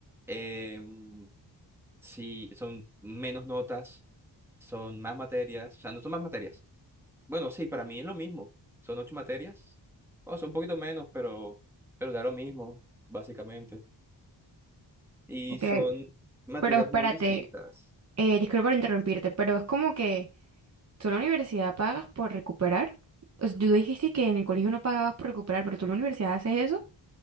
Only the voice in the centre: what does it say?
Em, si son menos notas, son más materias, o sea, no son más materias. Bueno, sí, para mí es lo mismo, son ocho materias, o son un poquito menos, pero, pero da lo mismo, básicamente. Y
son materias
muy distintas.